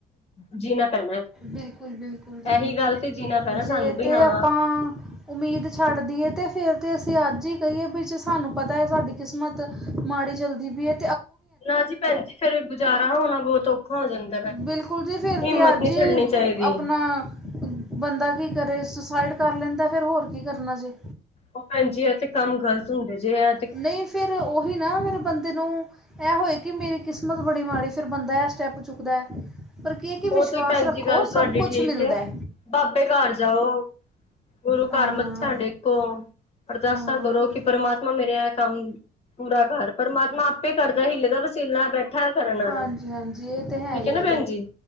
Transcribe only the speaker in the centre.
ਬਿਲਕੁਲ-ਬਿਲਕੁਲ ਜੀ,
ਜੇ
ਤੇ
ਆਪਾਂ ਉਮੀਦ ਛੱਡਦੀਏ ਅਤੇ ਫਿਰ ਤੇ ਅਸੀ ਅੱਜ ਹੀ ਕਹੀਏ, ਵੀ ਜੇ ਸਾਨੂੰ ਪਤਾ ਹੈ, ਸਾਡੀ ਕਿਸਮਤ ਮਾੜੀ ਚਲਦੀ ਪਈ ਏ।
ਬਿਲਕੁਲ ਜੀ, ਫਿਰ
ਤੇ ਅੱਜ
ਹੀ
ਅਪਨਾ ਬੰਦਾ ਕੀ ਕਰੇ, ਸੁਸਾਈਡ ਕਰ ਲੈਂਦਾ ਫਿਰ ਹੋਰ ਕੀ ਕਰਨਾ ਜੇ‌।
ਨਹੀ ਫਿਰ, ਓਹੀ ਨਾ ਫਿਰ ਬੰਦੇ ਨੂੰ ਐ ਹੋਏ ਕਿ, ਮੇਰੀ ਕਿਸਮਤ ਬੜੀ ਮਾੜੀ ਫਿਰ ਬੰਦਾ ਐ ਸਟੈਪ ਚੁਕਦਾ। ਫਰਕ ਏ ਕੀ,
ਵਿਸ਼ਵਾਸ
ਰੱਖੋ
ਸਭ ਕੁਛ
ਮਿਲਦਾ।
ਹਾਂ
ਹਾਂ
ਹਾਂਜੀ
ਹਾਂਜੀ ਇਹ ਤਾਂ ਹੈ ਹੀ
ਹੈ